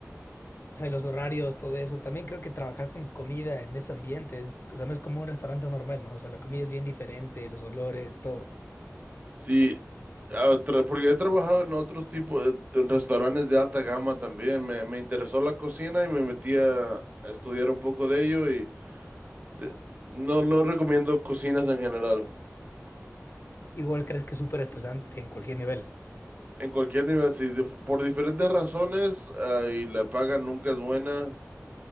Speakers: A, on the left (about 45°); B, on the right (about 30°).
A: O sea, y los horarios, todo eso. También creo que trabajar con comida en ese ambiente es, o sea, no es como un restaurante normal, ¿no? O sea, la comida es bien diferente, los olores, todo.
B: Sí, ah, tra- porque he trabajado en otros tipos, eh, en restaurantes de alta gama también. Me, me interesó la cocina y me metí a, a estudiar un poco de ello. Y te- no, no recomiendo cocinas en general.
A: Igual crees que es súper estresante en cualquier nivel.
B: En cualquier nivel, sí, de- por diferentes razones, ah, y la paga nunca es buena